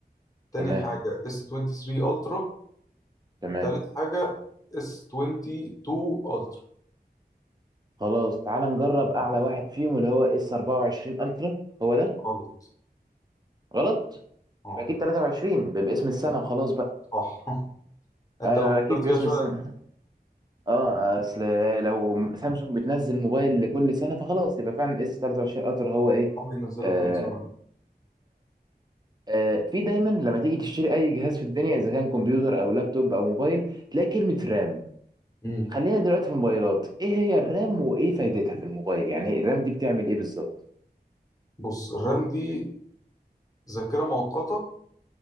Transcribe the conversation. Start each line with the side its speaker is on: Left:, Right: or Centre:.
Left: تاني
Right: تمام
Left: حاجة S23 Ultra
Right: تمام
Left: تالت حاجة S22 Ultra
Right: خلاص تعال نجرب اعلى واحد فيهم اللي هو اس 24 الترا هو ده
Left: غلط
Right: غلط
Left: اه
Right: يبقى اكيد 23 ب- باسم السنة وخلاص بقى
Left: صح <laughs> انت
Right: آه،
Left: لو
Right: اكيد
Left: فكرت
Right: باسم
Left: فيها شوية
Right: السنة اه اصل لو سامسونج بتنزل موبايل لكل سنه فخلاص يبقى فعلا اس 23 الترا هو ايه
Left: هم بينزلوا
Right: آه
Left: كل سنة
Right: آه في دايما لما تيجي تشتري اي جهاز في الدنيا اذا كان كمبيوتر او لابتوب او موبايل تلاقي كلمه رام
Left: امم
Right: خلينا دلوقتي في الموبايلات ايه هي الرام وايه فايدتها في الموبايل يعني الرام دي بتعمل ايه بالظبط
Left: بص الرام دي ذاكرة مؤقتة